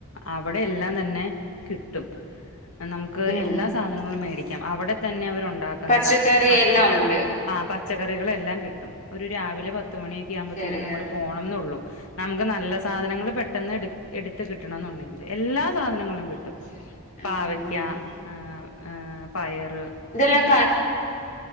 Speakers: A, on the left; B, on the left.
A: അവിടെ എല്ലാം തന്നെ കിട്ടും നമുക്ക്
B: ഉം
A: എല്ലാ സാധനങ്ങളും മേടിക്കാം അവിടെ തന്നെ അവര് ഉണ്ടാ ഉണ്ടാക്കുന്നത്
B: പച്ചക്കറി
A: അത് പച്ചക്കാ
B: എല്ലാം ഉണ്ട്
A: ആഹ് പച്ചക്കറികളെല്ലാം കി കിട്ടും. ഒരു രാവിലെ പത്ത്. പത്ത് മണിയൊക്കെ
B: ഓ
A: ആകുമ്പോഴത്തേ
B: ശരി
A: നമ്മള്
B: ആ
A: പോണം എന്നള്ളു. നമുക്ക് നല്ല സാധനങ്ങൾ പെട്ടെന്ന് എടു എടുത്തുകിട്ടണം എന്നുണ്ടെങ്കില് എല്ലാം. സാധനങ്ങളും കിട്ടും
B: ഓ ശരി
A: പാവയ്ക്ക
B: ഉം ഉം ഉം ഉം
A: ഏഹ് ഏഹ് പയർ.
B: ഉം ഇതെല്ലാം